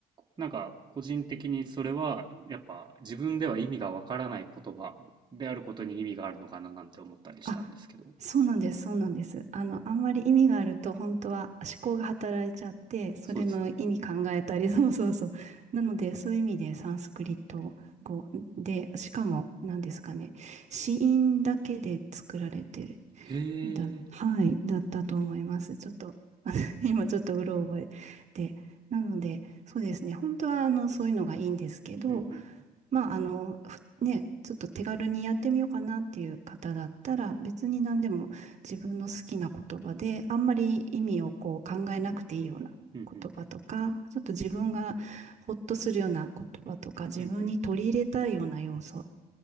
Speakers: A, on the right; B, on the right.
A: なんか個人的にそれはやっぱ自分では意味がわからない言葉であることに意味があるのかななんて思ったりしたんですけど、
B: あ、そうなんです、そうなんです。あの、あんまり意味があると、本当は思考が働いちゃって、それの意味考えたり、
A: そうですよね。
B: <laughs> そうそうそう。なので、そういう意味でサンスクリット語で、しかも、何ですかね、子音だけで作られてる。
A: へ
B: だ、
A: え。
B: はい、だったと思います。ちょっと、<laughs> 今ちょっとうろ覚えで。なので、そうですね、本当は、あの、そういうのがいいんですけど、
A: うんうん
B: まあ、あの、ふね、ちょっと手軽にやってみようかなっていう方だったら、別に何でも自分の好きな言葉で、あんまり意味をこう考えなくていいような言葉とか、
A: うん。うんうん
B: ちょっと自分がほっとするような言葉とか、自分に取り入れたいような要素、
A: うん。うんうん